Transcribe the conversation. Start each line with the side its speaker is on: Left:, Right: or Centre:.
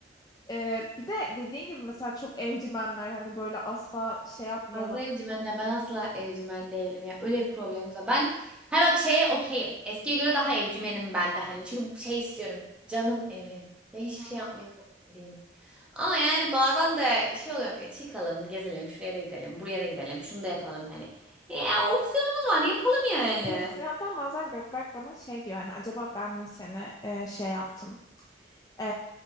Left: Ee, bir de dediğin gibi mesela çok evcimenler hani böyle asla şey yapmayalım.
Centre: Fazla evcimenden ben asla evcimen değilim ya. Öyle bir problemimiz var. Ben hay bak şeye okeyim. Eskiye göre daha evcimenim ben de hani. Çünkü şey istiyorum. Canım evim. Ben hiçbir
Left: Hı hı.
Centre: şey yapmayayım oturayım. Ama yani bazen de şey oluyorum. E çıkalım, gezelim, şuraya da gidelim, buraya da gidelim, şunu da yapalım hani. Ya o opsiyonumuz var. Yapalım yani.
Left: Kesin hatta bazen Gökberk bana şey diyor hani acaba ben mi seni e, şey yaptım? Ee,